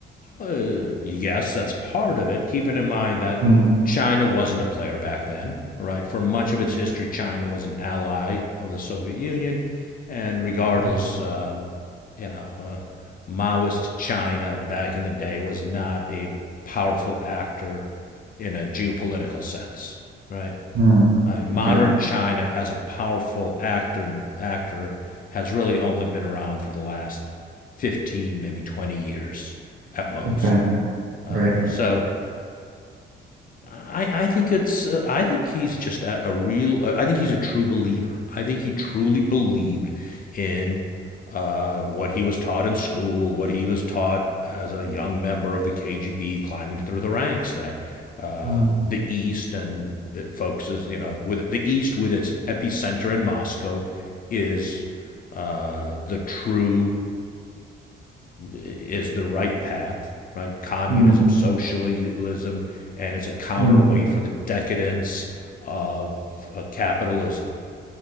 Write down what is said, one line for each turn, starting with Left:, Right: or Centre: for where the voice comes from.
Left: uh, yes, that's part of it, keeping in mind that
Right: Mm,
Left: China wasn't a player back then, right? For much
Right: mm,
Left: of its history, China was an ally of the Soviet Union, and regardless,
Right: mhm,
Left: um, you know, uh, Maoist China back in the day was not a powerful actor in a geopolitical sense, right?
Right: mm.
Left: I modern
Right: Okay.
Left: China as a powerful acting actor has really only been around for the last 15, maybe 20 years at most.
Right: Okay. Right.
Left: So I, I think it's uh, I think he's just a, a real uh, I think he's a true believer. I think he truly believed in uh, what he was taught in school, what he was taught as a young member of the KGB climbing through the ranks that uh,
Right: Mm,
Left: the East and it focuses you know with the East with its epicenter in Moscow is uh, the true is the right path, right? Communism,
Right: mm,
Left: socialism, and it's a counterweight
Right: mm.
Left: for the decadence of uh, capitalism